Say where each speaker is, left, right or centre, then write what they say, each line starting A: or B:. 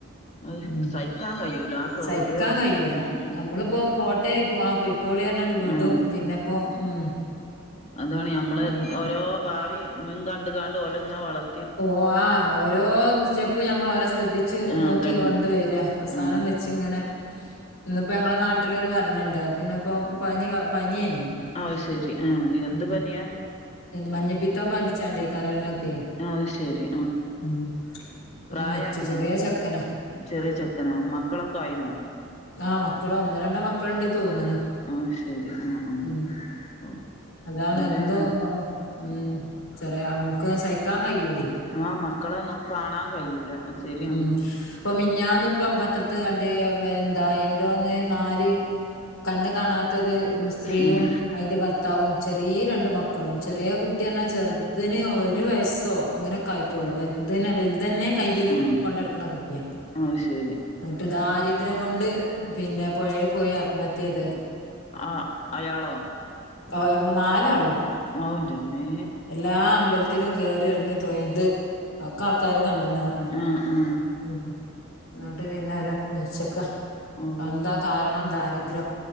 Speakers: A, on the left; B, on the left.
A: അത്
B: ഉം
A: സഹിക്കാൻ കഴിയൂല ആ കൗടെ
B: സഹിക്കാൻ കഴിയൂല
A: ഉം
B: നമ്മളിപ്പോ
A: ഉം
B: പോട്ട ട്ടേയ്ക്കും ആഹ് പൊയ്ക്കോളി പറഞ്ഞാണ്ട് വിടും
A: ആ
B: പിന്നിപ്പം ഉം
A: അതാണ് ഞമ്മള്
B: ആലോചിക്കണം
A: ഓരോ ഭാവി മുൻ കണ്ട്കാണ്ട് ഓലങ്ങനെ വളർ
B: ഓ ആഹ് ഓരോ സ്റ്റെപ്പും ഞമ്മൾ ഓരെ ശ്രദ്ധി ച്ച്
A: ആ
B: നോക്കി
A: അതന്നെ
B: കൊണ്ട് വരും അവസാനം
A: ആ
B: വെച്ച് ഇങ്ങനെ ഇന്നിപ്പോ ഞങ്ങളെ നാട്ടിലൊരു മരണൊണ്ട് അത് പിന്നെ ഇപ്പം പനി പനിയേനി
A: അത് ശെരി ആഹ് എന്ത്
B: ഉം.
A: പനിയാ
B: മഞ്ഞപ്പിത്തം ബാധിച്ചാണ്ടേ കരളിനൊക്കെ
A: ആഹ് ശെരി
B: ഉം. ഒന്ന്
A: പ്രായമായീണോ
B: വെച്ചു ചെറിയ ചെക്കന
A: ചെറിയ ചെക്കനോ മക്കളൊക്കെ ആയിനോ
B: ആഹ് മക്കള് ഒന്നോ രണ്ടോ മക്കളുണ്ട് തോന്ന്ണ്
A: അത് ശരി ആഹ് ആഹ്
B: ഉം
A: ഓ
B: അതാണ്
A: എവിടെയാണ്
B: എന്തോ ഉം ചെറിയ ഞമ്മക്ക് സഹിക്കാൻ കഴിയൂ
A: ആഹ് മക്കളെ ഒന്ന് കാണാൻ കയ്യൂല ശരിയാണ്
B: ഉം ഇപ്പൊ മിനിഞ്ഞാന്നിപ്പം പത്രത്ത് കണ്ട് എന്താ എവിടോന്ന് നാല് കണ്ണ് കാണാത്തൊരു സ്ത്രീയും
A: ഉം
B: അയിന്റെ ഭർത്താവും ചെറീയ രണ്ട് മക്കളും ചെറിയ കുട്ടി എന്നാച്ചാ ചെറുതിന് ഒരു വയസ്സോ അങ്ങനൊക്കെ ആയിട്ടൊള്ളൂ വലുതെ വലുതന്നെ കയ്യില്
A: ആഹ്
B: കൊണ്ടട്ക്ക്ണ കുട്ടിയാ
A: അത് ശരി
B: എന്നിട്ട് ദാരിദ്ര്യം കൊണ്ട് പിന്നെ പുഴേ പോയി ആത്മഹത്യ ചെയ്തെ
A: ആഹ് അയാളോ
B: പോയമ്പൊ നാലാണോ
A: ഓ എന്റമ്മേ
B: എല്ലാ അമ്പലത്തിലും കയറി ഇറങ്ങി തൊയ്ത് ഒക്കെ ആൾക്കാര് കണ്ട്ണ്
A: ആഹ് ആഹ്
B: ഉം എന്നിട്ട് പിന്നെ മരിച്ച്ക്കാ
A: ഔ
B: എന്താ കാരണം ദാരിദ്ര്യം